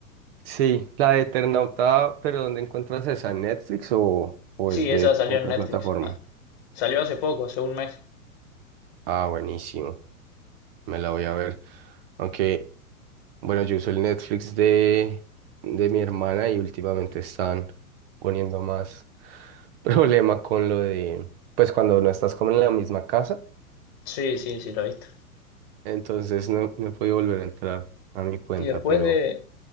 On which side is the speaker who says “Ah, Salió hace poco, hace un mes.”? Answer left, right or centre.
Left